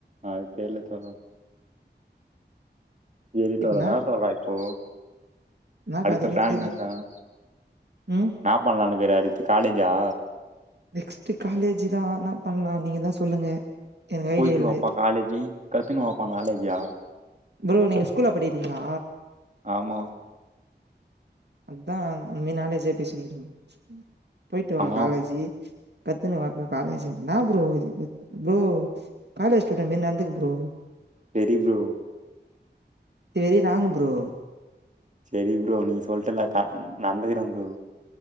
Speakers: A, on the right; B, on the right.
A: ஆ தெர்ல தோலம் எறித்தோல
B: இப்ப என்னா
A: நா தோலா இப்போ
B: என்னா
A: அடுத்த
B: கதனே
A: ப்லான்
B: தெர்ல
A: நேதான்
B: ம்
A: நா பண்ணலானுக்குற அடுத்து காலேஜா
B: நெக்ஸ்ட்டு காலேஜி தா நா பண்லா நீங்க தா சொல்லுங்க எனக்கு
A: போயட்டு
B: ஐடியா இல்ல
A: வாப்பா காலேஜி கத்துன்னு வாப்பா நாலேஜா
B: ப்ரோ நீங்க ஸ்கூல்ல படிரீங்ளா
A: ஆமாங்
B: அத்தா அம்மே நாலேஜே பேசினிரும் போய்ட்டு வா
A: ஆமா
B: காலேஜி கத்துன்னு வாக்கா காலேஜுன் ன்னா ப்ரோ இத் அ ப்ரோ காலேஜ் ஸ்டூடன்மே நந்துக் bro
A: very bro
B: very wrong bro
A: செரி ப்ரோ நீ சொல்ட்டல்ல கான் நந்துக்குறே ப்ரோ